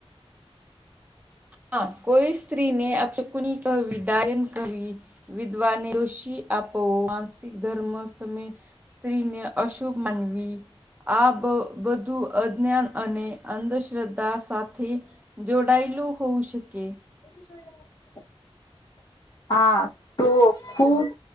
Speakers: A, on the right; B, on the left.
A: હા કોઈ સ્ત્રીને આ ચકની કહવી દાયન કવી વિધવાને રઋષિ આપો માનસિક ધર્મ સમમે સ્ત્રીને અશુક મનવી આ બધું અજ્ઞાન અને અંધશ્રદ્ધા સાથે જોડાયેલું હોું શકે
B: હમ હા તો ખૂબ